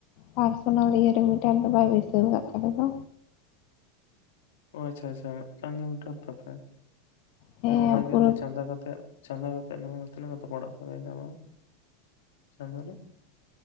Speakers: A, on the left; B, on the left.
A: ᱯᱟᱨᱥᱚᱱᱟᱞ ᱤᱭᱟᱹ ᱨᱮ ᱢᱤᱴᱟᱨ ᱫᱚ ᱵᱟᱭ ᱵᱟᱹᱭᱥᱟᱹᱣ ᱟᱠᱟᱫ ᱛᱟᱞᱮ ᱫᱚ᱾
B: ᱚ ᱟᱪᱪᱷᱟ, ᱟᱪᱪᱷᱟ, ᱢᱤᱫᱴᱟᱝ ᱜᱮ ᱢᱮᱴᱟᱨ ᱛᱟᱯᱮ?
A: ᱦᱮᱸ
B: ᱚᱱᱟᱜᱮ
A: ᱯᱩᱨᱟᱹ
B: ᱟᱫᱚ ᱪᱟᱸᱫᱟ ᱠᱟᱛᱮ ᱪᱟᱸᱫᱚ ᱠᱟᱛᱮ ᱛᱤᱱᱟᱹᱜ ᱠᱟᱛᱮ ᱯᱟᱲᱟᱜ ᱛᱟᱯᱮᱭᱟ ᱢᱟᱱᱮ ᱪᱟᱸᱫᱚ ᱨᱮ?